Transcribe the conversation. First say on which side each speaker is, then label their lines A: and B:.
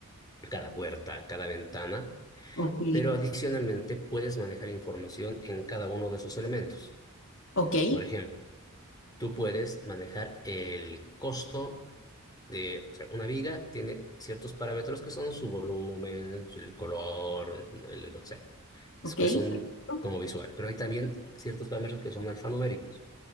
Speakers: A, on the left; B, on the left.
A: cada puerta, cada ventana,
B: Ok,
A: pero adicionalmente puedes manejar información en cada uno de esos elementos.
B: ok,
A: Por ejemplo, tú puedes manejar el costo de, o sea, una viga tiene ciertos parámetros que son su volumen, el color, el- no sé,
B: ok.
A: es que son
B: perfecto.
A: como visual, pero hay también ciertos parámetros que son alfanuméricos,